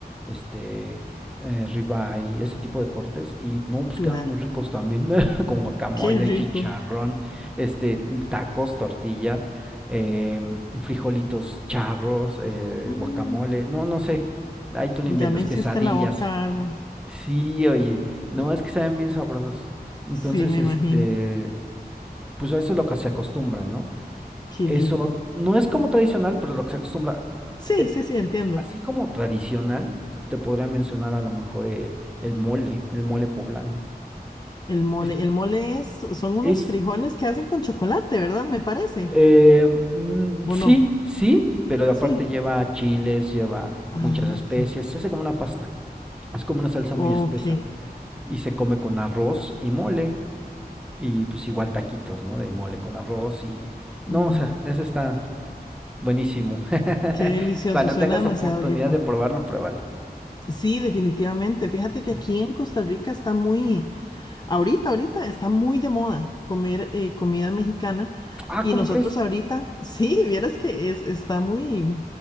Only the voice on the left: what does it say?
Claro.
Qué rico.
Mm,
Ya
me hiciste
la boca agua.
Sí, me
imagino.
Qué
rico.
Sí,
sí, sí, entiendo.
El mole,
el mole es, son unos
frijoles que hacen con chocolate, ¿verdad? Me parece.
¿O
no?
Sí.
Ah,
ok.
Ok.
ujú.
Qué delicioso,
suena
demasiado
rico.
Sí, definitivamente. Fíjate que
aquí en Costa Rica está muy, ahorita, ahorita está muy de moda comer eh, comida mexicana
y
nosotros
ahorita, <laughs> sí, vieras que es, está muy,